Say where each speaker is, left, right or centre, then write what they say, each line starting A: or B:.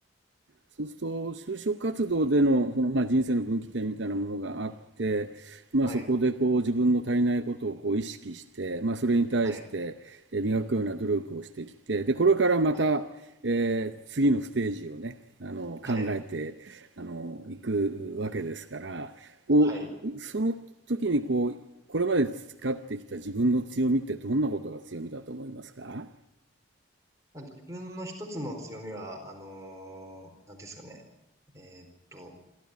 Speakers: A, on the right; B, on the right.
A: そうすると、就職活動での、その、まあ、人生の分岐点みたいなものがあって、まあ、
B: はい、
A: そこでこう自分の足りないことをこう意識して、まあ、それに対してえー磨くような努力をしてきて、
B: はい、
A: で、これからまた、
B: はい、
A: えー次のステージをね、あの、
B: はい、
A: 考えて、あの、いくわけですから、こう、
B: はい。
A: その時にこう、これまで培ってきた自分の強みってどんなことが強みだと思いますか
B: まあ自分の一つの強みは、あのーなんていうんですかね。えーっと、